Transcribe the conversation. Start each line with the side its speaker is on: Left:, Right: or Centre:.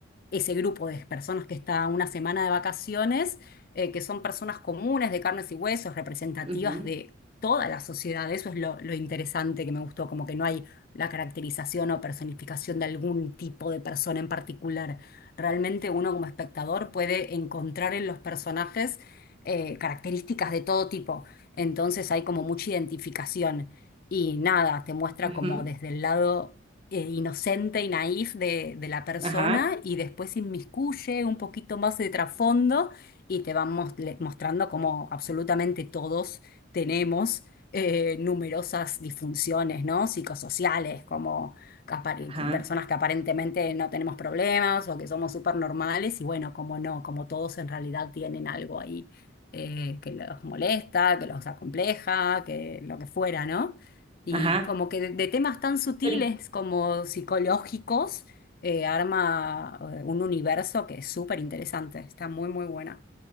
Left: ese grupo de personas que está una semana de vacaciones, eh, que son personas comunes de carnes y huesos, representativas
Right: ujú,
Left: de toda la sociedad. Eso es lo, lo interesante que me gustó, como que no hay la caracterización o personificación de algún tipo de persona en particular. Realmente uno como espectador puede encontrar en los personajes eh, características de todo tipo. Entonces hay como mucha identificación y nada, te muestra
Right: ujú,
Left: como desde el lado eh, inocente y naif de, de la persona
Right: <laughs> ajá,
Left: y después inmiscuye un poquito más de trasfondo y te van mos- le- mostrando como absolutamente todos tenemos eh, numerosas disfunciones, ¿no? Psicosociales, como que apar-
Right: ajá,
Left: personas que aparentemente no tenemos problemas o que somos súper normales y bueno, como no, como todos en realidad tienen algo ahí eh, que los molesta, que los acompleja, que lo que fuera, ¿no? Y
Right: ajá.
Left: como que de, de temas tan sutiles
Right: Pero y,
Left: como psicológicos, eh, arma eh, un universo que es súper interesante, está muy, muy buena.